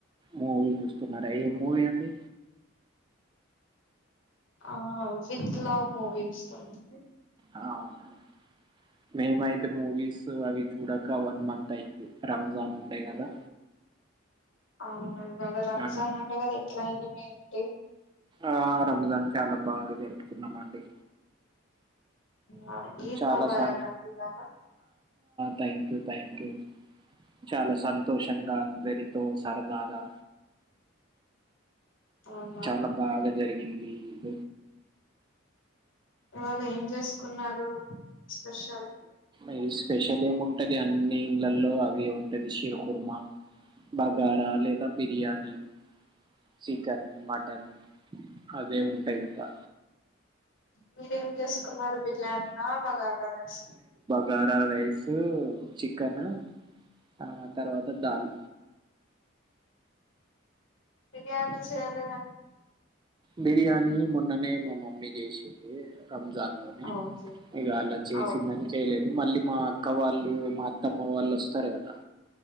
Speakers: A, on the right (about 20°); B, on the left (about 75°).
A: మూవీ చూస్తున్నారా ఏం మూవీ అండి
B: ఆ విత్ లవ్ మూవీ ఇస్తుంది
A: అ అవునుడి మేమయితే మూవీస్ అవి చూడక వన్ మంత్ అయింది రంజాన్ ఉండే కదా
B: అవును వాళ్ళ రంజాన్
A: ఆ,
B: ఉండే కదా ఎట్లా అయింది మంటి
A: ఆ రంజాన్ చాలా బాగా జరుపుకున్నామ అండి
B: ఆ, ఈద్
A: చాలా
B: ముబారక్
A: సార్
B: అండి ఇవాళ
A: థ్యాంక్ యూ థ్యాంక్ యూ చాలా సంతోషంగా అందరితో సరదాగా
B: అవునా
A: చాలా బాగా జరిగింది ఇద
B: వాళ్ళు ఏం చేసుకున్నారు స్పెషల్
A: ఇ స్పెషల్ ఏంంట ఉంటది అన్ని ఇంలలో అవి ఉంటది శిరకుర్మ బగారా లేదా బిర్యానీ చికెన్ మటన్ అవే ఉంటాయి ఇంకా
B: మీరేం చేసుకున్నారు బిర్యానీ నా బాగాలాస్
A: గార రైసు చికెన్ ఆ తర్వాత దాల్
B: బిర్యాణ చేాల
A: బిర్యానీ మొన్ననే మా మమ్మీ చేసి రంజాన్ లో
B: ఓకే
A: ఇక అలా చేసిందని
B: ఓకే
A: చేయలేదు మళ్ళీ మా అక్క వాళ్ళు వాళ్ళు మా అత్తమ్మ వాళ్ళు వస్తారు కదా